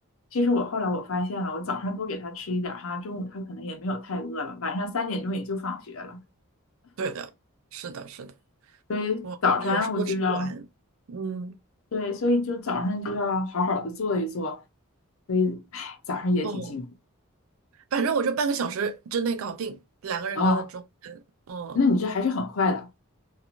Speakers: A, on the left; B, on the right.
A: 其实我后来我发现了，我早上多给他吃一点儿哈，中午他可能也没有太饿了，晚上三点钟也就放学了，
B: 对的，是的，是的，
A: 所以早晨我就要，
B: 我儿子有时候吃不完，嗯，
A: 对，所以就早上就要好好的做一做，所以，唉，早上也挺辛苦
B: 哦，反正我就半个小时之内搞定两个人的中餐，
A: 啊。
B: 嗯。
A: 那你这还是很快的